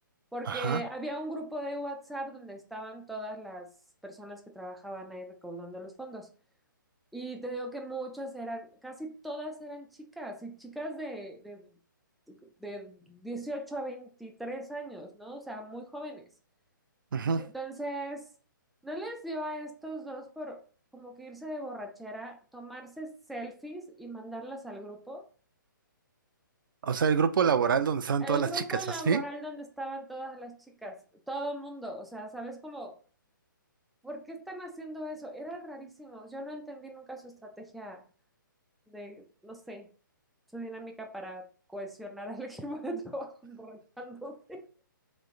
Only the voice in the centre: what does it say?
Porque
había un grupo de WhatsApp donde estaban todas las personas que trabajaban ahí recaudando los fondos. Y te digo que muchas eran, casi todas eran chicas, y chicas de, de, de 18 a 23 años, ¿no? O sea, muy jóvenes.
Entonces, ¿no les dio a estos dos por como que irse de borrachera, tomarse selfies y mandarlas al grupo?
El
grupo
laboral
donde estaban todas las chicas, todo el mundo, o sea, ¿sabes cómo? ¿Por qué están haciendo eso? Era rarísimo, yo no entendí nunca su estrategia de, no sé, su dinámica para cohesionar al <laughs> equipo de trabajo emborrachándose.